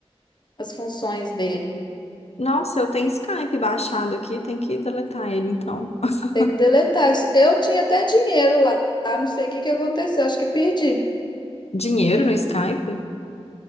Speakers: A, on the left (about 45°); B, on the left (about 75°).
A: as funções dele.
B: Nossa, eu tenho Skype baixado aqui, tem que deletar ele então. <laughs>
A: Tem que deletar. Eu tinha até dinheiro lá. Ah, Não sei o que que aconteceu. Acho que perdi.
B: Dinheiro no Skype?